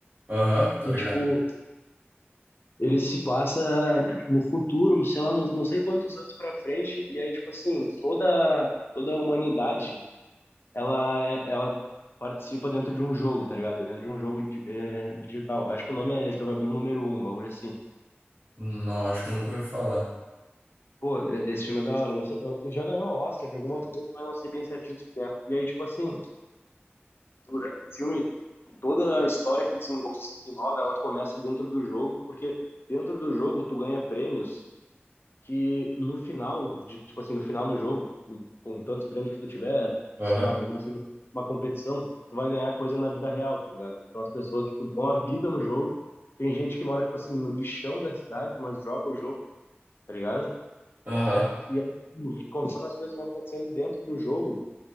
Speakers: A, on the right (about 45°); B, on the left (about 65°).
A: Aham, tô
B: que,
A: ligado.
B: tipo, ele se passa no futuro, sei lá, não, não sei quantos anos pra frente, e aí, tipo assim, toda, toda a humanidade, ela, é- ela participa dentro de um jogo, tá ligado? Dentro de um jogo di- é, digital. Acho que o nome é Jogador Número Um, um bagulho assim.
A: Não, acho que eu nunca ouvi falar.
B: Pô, e- esse filme é da hora, não sei, eu- ele já ganhou o Oscar de alguma coisa, mas não sei bem certinho o que que é. E aí, tipo assim, durante o filme, toda a história que desenrola, se desenrola, ela começa dentro do jogo, porque dentro do jogo tu ganha prêmios que no final, de, tipo assim, no final do jogo, com tantos prêmios que tu tiver,
A: Aham.
B: sei lá, um bagulho assim, uma competição, tu vai ganhar coisa na vida real, tá ligado? Então as pessoas, tipo, dão a vida no jogo. Tem gente que mora, tipo assim, no lixão da cidade, mas joga o jogo, tá ligado?
A: Aham.
B: E aí, conforme as coisas vão acontecendo dentro do jogo,